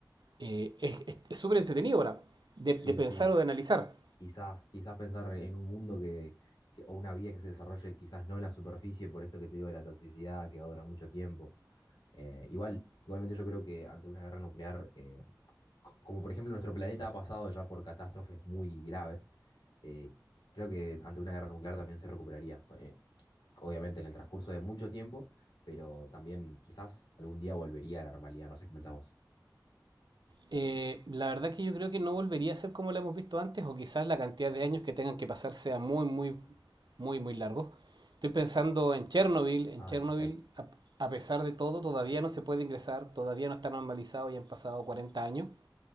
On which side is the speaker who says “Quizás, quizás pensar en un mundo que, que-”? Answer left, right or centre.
Left